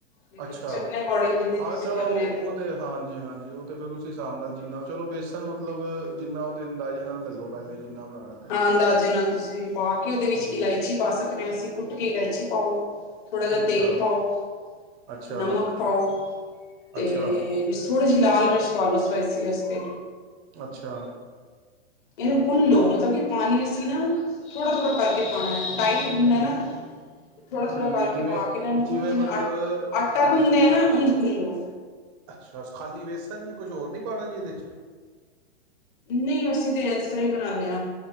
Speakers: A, on the left (about 45°); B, on the right (about 20°).
A: ਲੇਕਿਨ
B: ਅੱਛਾ
A: ਤੁਸੀਂ, ਆਪਣੇ ਅਕੋਡਿੰਗ ਜਿੰਨੇ
B: ਹਾਂ
A: ਤੁਸੀਂ
B: ਚਲੋ
A: ਕਰਨੇ ਹੋਨੇ
B: ਉਹ
A: ਔ।
B: ਤੇ ਹਾਂਜੀ ਹਾਂਜੀ, ਉਹ ਤੇ ਫੇਰ ਉਸ ਹਿਸਾਬ ਨਾਲ ਜਿੰਨਾ, ਚਲੋ ਵੇਸਣ ਮਤਲਬ ਜਿੰਨਾ ਉਹਦੇ ਅੰਦਾਜ਼ੇ ਨਾਲ ਲੈ ਲੋ। ਪਹਿਲੇ ਜਿਨਾਂ ਬਣਾ ਨੈ।
A: ਹਾਂ ਅੰਦਾਜ਼ੇ ਨਾਲ ਤੁਸੀਂ ਪਾ ਕੇ, ਉਹਦੇ ਵਿੱਚ
B: ਹਮ
A: ਇਲਾਇਚੀ ਪਾ ਸਕਨੇ ਆ ਅਸੀਂ, ਕੁੱਟ ਕੇ ਇਲਾਇਚੀ ਪਾਓ। ਥੋੜ੍ਹਾ ਜਿਹਾ
B: ਅੱਛਾ
A: ਤੇਲ ਪਾਓ,
B: ਅੱਛਾ
A: ਨਮਕ ਪਾਓ, ਤੇ
B: ਅੱਛਾ
A: ਥੋੜ੍ਹੀ ਜਿਹੀ ਲਾਲ ਮਿਰਚ ਪਾ ਲਓ, ਸਪਾਈਸੀ ਵਾਸਤੇ
B: ਅੱਛਾ,
A: ਇਹਨੂੰ ਗੁੰਨ ਲਓ,
B: ਹਾਂ
A: ਮਤਲਬ ਕਿ ਪਾਣੀ ਅਸੀਂ ਨਾ, ਥੋੜ੍ਹਾ ਥੋੜ੍ਹਾ ਕਰਕੇ ਪਾਉਣਾ ਐ, ਟਾਈਟ ਗੁੰਨਣਾ ਨਾ। ਥੋੜਾ ਥੋੜ੍ਹਾ
B: ਠੀਕ
A: ਕਰਕੇ
B: ਹੈ ਜਿਵੇਂ
A: ਪਾ ਕੇ, ਇਹਨਾਂ ਨੂੰ ਜਿਵੇਂ
B: ਮਤਲਬ
A: ਆਟਾ ਗੁੰਨਦੇ
B: ਹਾਂਜੀ ਜੀ
A: ਆ ਨਾ ਉਂਝ ਗੁੰਨ ਲੋ।
B: ਅੱਛਾ, ਖਾਲੀ ਵੇਸਨ, ਨਹੀਂ ਕੁਛ ਹੋਰ ਨਹੀਂ ਪਾਉਣਾ ਜੀ ਇਹਦੇ 'ਚ।
A: ਨਹੀਂ ਅਸੀਂ ਤੇ ਇਸ ਤਰ੍ਹਾਂ ਹੀ ਬਣਾਉਂਨੇ ਆਂ,